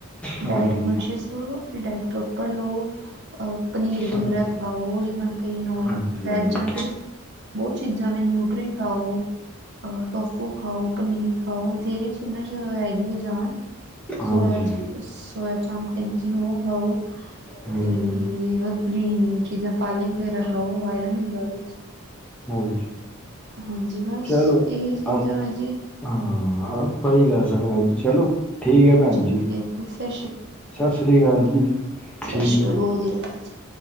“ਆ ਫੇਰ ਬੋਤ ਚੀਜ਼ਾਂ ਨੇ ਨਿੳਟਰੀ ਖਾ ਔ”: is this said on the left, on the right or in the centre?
Right